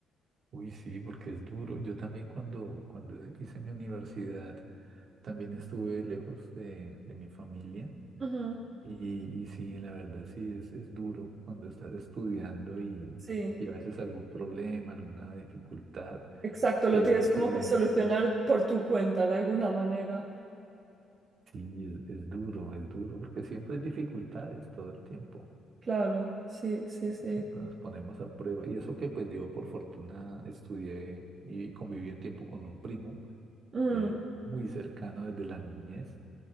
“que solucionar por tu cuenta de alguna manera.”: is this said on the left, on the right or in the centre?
Right